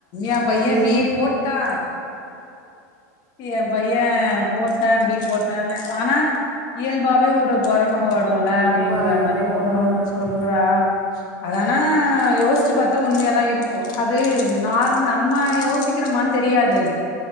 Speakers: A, on the left (about 45°); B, on the right (about 25°).
A: ஏ பைய
B: ம்
A: பி போட்டா எ பைய போட்டா பி போட்டானு ஆனா இயல்பாவே ஒரு பொறம வ ந்தோன அப்டின்ற
B: வரு
A: மாரி ஒரு
B: ம்
A: சொல்றா அதானா யோஸ்ச்சு பாத்தா உண்மையாதா இருப்போ அது நார்ம நம்ம யோசிக்கிறமா தெரியாது